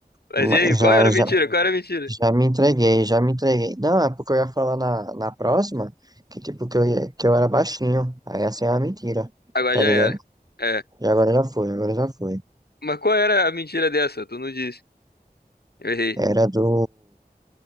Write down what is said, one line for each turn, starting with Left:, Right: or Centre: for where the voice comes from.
Left: Mas
Right: mas
Left: e aí, qual
Right: já
Left: era a
Right: já
Left: mentira? Qual era a mentira?
Right: já me entreguei, já me entreguei. Não, é porque eu ia falar na, na próxima que tipo que eu ia, que eu era baixinho. Aí essa é uma mentira,
Left: Agora
Right: tá
Left: já
Right: ligado?
Left: era. É.
Right: E agora já foi, agora já foi.
Left: Mas qual era a mentira dessa? Tu não disse. Eu errei.
Right: Era do